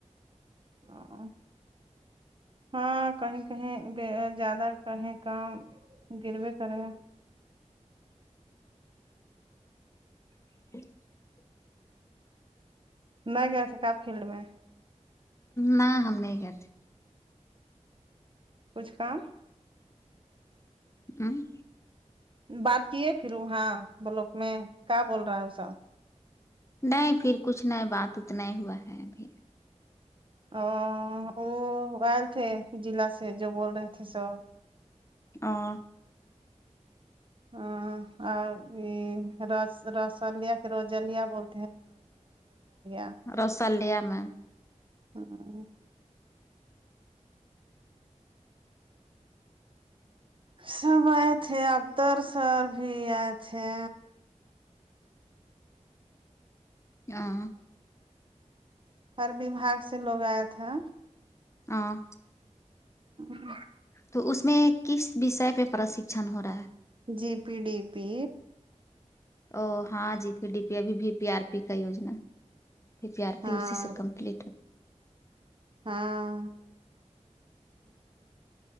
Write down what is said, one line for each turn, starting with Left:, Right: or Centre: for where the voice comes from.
Right: <unintelligible> ہاں کہیں کہیں زیادہ کہیں کام گروی کرے
Left: <inaudible>
Right: نہیں گیا سکا فیلڈ میں
Left: نہ ہم نہیں کہتے
Right: کچھ کام
Left: امم
Right: بات کیے پھر وہاں بلک میں کیا بول رہا ہے اسا
Left: نہیں پھر کچھ نہیں بات اتنا ہی ہوا ہے ابھی
Right: آآ او آئے تھے جلع سے جو بول رہے تھ سو
Left: آں
Right: آ اور رس رسلیا کی رجلییا بول <unintelligible>
Left: رسلیا میں
Right: ہاں سب آۓ تھے ابتر سر بھی آۓ تھے
Left: ہاں
Right: ہر وبہاگ سے لوگ آۓ تھا
Left: ہوں
Right: ہاں
Left: تو اس میں کس وشئے پہ پرشکشن ہورہا ہے
Right: جی پی ڈی پی
Left: او ہاں جی پی ڈی پی ابھی بی پی آر پی کا یوجنا پی پی آر پی
Right: ہاں
Left: اسی سے کمپلیٹ
Right: ہاں